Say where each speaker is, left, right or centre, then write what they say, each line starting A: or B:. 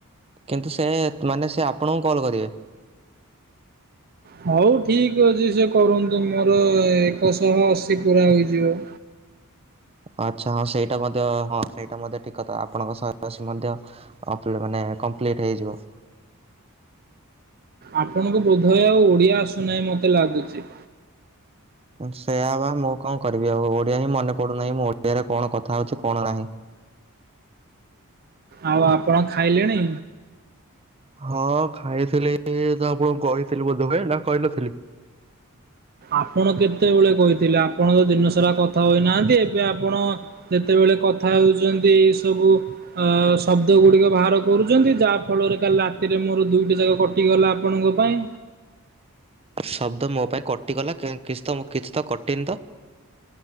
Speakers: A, on the right; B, on the right.
A: କିନ୍ତୁ ସେ ମାନେ ସେ ଆପଣଙ୍କୁ କଲ୍ କରିବେ।
B: ହଉ ଠିକ ଅଛି ସେ କରନ୍ତୁ ମୋର ଏକ ଶହ ଅଶୀ ପୁରା ହେଇଯିବ।
A: ଆଚ୍ଛା ହଁ ସେଇଟା ମଧ୍ୟ ହଁ ସେଇଟା ମଧ୍ୟ ଠିକ୍ କଥା ଆପଣଙ୍କ ସହେ ଅସି ମଧ୍ୟ ଅପଡେଟ୍ ମାନେ କମ୍ପ୍ଲିଟ୍ ହେଇଯିବ।
B: ଆପଣଙ୍କୁ ବୋଧ ହୁଏ ଆଉ ଓଡିଆ ଆସୁନାହିଁ ମତେ ଲାଗୁଛି।
A: ସେଇଆ ପା ମୁଁ କଣ କରିବି ଆଉ ଓଡ଼ିଆ ହିଁ ମନେପଡୁନାହିଁ ମୁଁ ଓଡ଼ିଆ ରେ କଣ କଥା କଥା ହୋଉଚି କଣ ନାହିଁ।
B: ଆଉ ଆପଣ ଖାଇଲେଣି।
A: ହଁ ଖାଇଥିଲି ତ ଆପଣଙ୍କୁ କହିଥିଲି ବୋଧ ହୁଏ ନା କହିନଥିଲି।
B: ଆପଣ କେତେବେଳେ କହିଥିଲେ ଆପଣ ତ ଦିନ ସାରା କଥା ହୋଇନାହାନ୍ତି ଏବେ ଆପଣ ଯେତେବେଳେ କଥା ହଉଛନ୍ତି ଏଇ ସବୁ। ଆ ଶବ୍ଦ ଗୁଡିକ ବାହାର କରୁଛନ୍ତି ଯାହା ଫଳରେ କାଲି ରାତିରେ ମୋର ଦୁଇଟି ଯା କଟ କଟିଗଲା ଆପଣଙ୍କ ପାଇଁ।
A: ଶବ୍ଦ ମୋ ପାଇଁ କଟିଗଲା କା କିଛି ତ କିଛି ତ କଟିିନି ତ।